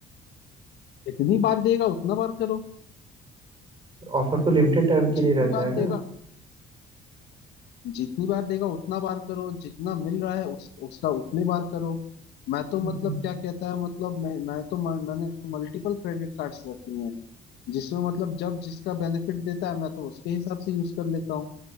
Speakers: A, on the left (about 75°); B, on the right (about 30°).
A: जितनी बार देगा उतना बार करो
B: ऑफर तो लिमिटेड टाइम
A: जितनी
B: के लिए रहता
A: बार
B: है
A: देगा
B: ना
A: जितनी बार देगा उतना बार करो जितना मिल रहा है उस उसका उतने बार करो मैं तो
B: हम्म।
A: मतलब क्या कहता है मतलब मैं मैं तो म, मैंने मल्टीपल क्रेडिट कार्ड्स रखी हैं जिसमें मतलब जब जिसका बेनिफिट देता है मैं तो उसके हिसाब से यूज कर लेता हूँ